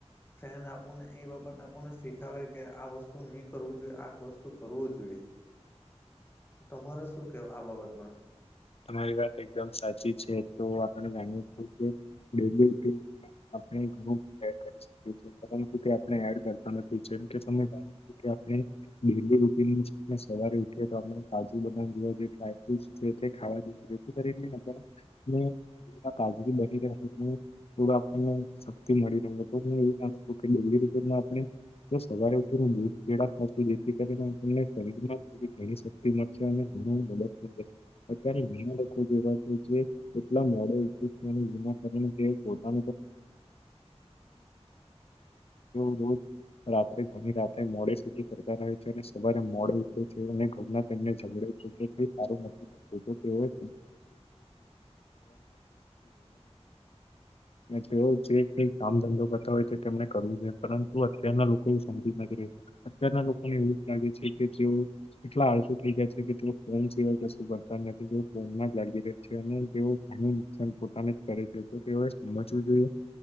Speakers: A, on the left (about 20°); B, on the left (about 60°).
A: ફ્રેન્ડ આપણને એ બાબત આપણને શીખાવે કે આ વસ્તુ નઈ કરવું જોઈએ આ વસ્તુ કરવું જોઈએ. તમારે શું કેવા આ બાબતમાં
B: તમારી વાત એકદમ સાચી છે તો આપણે મા કે ડલી આપણે ઘણુંડ કરી શકી પરંતુ, તે આપણે એડ કરતો નથી. છે કે તમને. <unintelligible> ડલી રૂટીન સવારે ઉઠીએ તો આપ કાજુ બનામ જેવા જે ટ્રાય ફ્રટ છે ખાવા જોઈએ જેથી કરીને આપને કાજરી બની રહે થોડું આપણને શક્તિ મળી રહે તો હું એવું મા છું <unintelligible> રમાં આપણે તો સવારે ઉઠી દૂધ પે થશ જેથી કરીનેને શરીરમાં થો ઘણી શક્તિ મળશે અને ઘણ મદદ થ અત્યારે ઘણા લોકો જેવા છે જે એટલા મોડે જેના <unintelligible> કારણે પોતા <unintelligible> રાત્રે ઘણી રાત્ર મો <unintelligible> <unintelligible> કર છે. સવારે મોડ રીતેર તેમડ છે સારું થ <unintelligible> યોગા મે <unintelligible> <inaudible> કામ ધંધો કરતા હોય તો તેમને કરવું જોઈએ, પરંતુ અત્યારના લોકો એવું સમજી નથી અત્યારના લોકોને એવું મને લાગે છે કે તે એટલા આળસુ થઈ ગયા છે, કે <unintelligible> ફોન તેઓ ફોન માં જ જ લાગી રહે છે અને તેઓ ઘણું નુકસાન પોતાને જ કરે છે તો તેઓ સમજવું